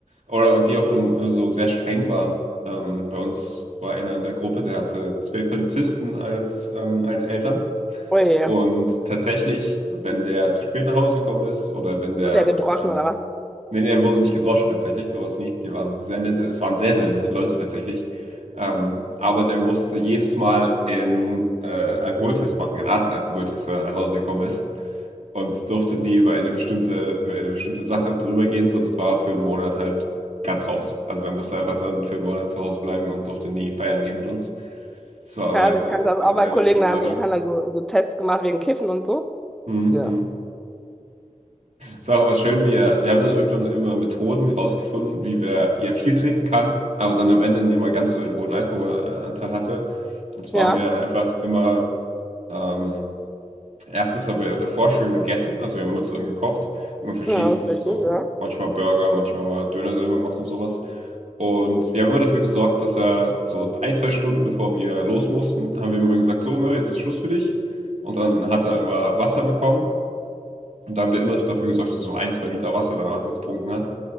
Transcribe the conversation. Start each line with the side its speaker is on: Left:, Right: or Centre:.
Right: Oder und die auch drum- so sehr streng waren. Ähm, bei uns war einer in der Gruppe, der hatte zwei Polizisten als, ähm, als Eltern.
Centre: Oje,
Right: Und tatsächlich, wenn der zu spät nach Hause gekommen ist oder wenn der,
Centre: wird der gedroschen
Right: ähm,
Centre: oder was?
Right: nee, nee, er wurde nicht gedroschen tatsächlich, sowas nie. Die waren sehr nette, es waren sehr, sehr nette Leute tatsächlich. Ähm, aber der musste jedes Mal einen äh, Alkoholtest machen, einen Atemalkoholtest, wenn er nach Hause gekommen ist. Und durfte nie über eine bestimmte, über eine bestimmte Sache drüber gehen, sonst war er für einen Monat halt ganz raus. Also dann musste er einfach dann für einen Monat zu Hause bleiben und durfte nie feiern gehen mit uns. Das war aber
Centre: Ja,
Right: eine,
Centre: also ich kannte das auch
Right: eine
Centre: bei
Right: sehr
Centre: Kollegen,
Right: lustige
Centre: da
Right: Sache.
Centre: haben die Eltern dann so, so Tests gemacht wegen Kiffen und so.
Right: Mhm.
Centre: Ja.
Right: Es war aber schön, wie er, wir haben dann irgendwann immer Methoden rausgefunden, wie, wir, wie er viel trinken kann, aber dann am Ende nicht mal ganz so einen hohen Alkoholanteil hatte. Und zwar
Centre: Ja,
Right: haben wir dann einfach immer, ähm, erstens haben wir davor schön gegessen, also wir haben immer zusammen gekocht, immer verschiedenstes,
Centre: ja, das ist richtig,
Right: so
Centre: ja.
Right: manchmal Burger, manchmal mal Döner selber gemacht und sowas. Und wir haben immer dafür gesorgt, dass er so ein, zwei Stunden bevor wir los mussten, haben wir ihm immer gesagt, so, ne, jetzt ist Schluss für dich. Und dann hat er immer Wasser bekommen. Und da haben wir immer dafür gesorgt, dass er so ein, zwei Liter Wasser danach getrunken hat.